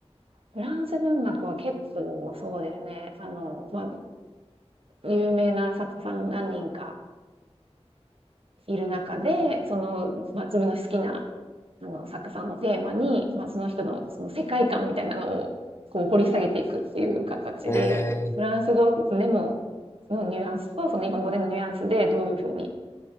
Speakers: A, on the right; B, on the left.
A: フランス文学は結構、そうですね。あの、まあ、有名な作家さん何人かいる中で、その、まあ、自分の好きなあの、作家さんをテーマに、まあ、その人のその世界観みたいなのをこう掘り下げていくっていう形で、
B: ええー。
A: フランス語でものニュアンスとその日本語でのニュアンスでどういうふうに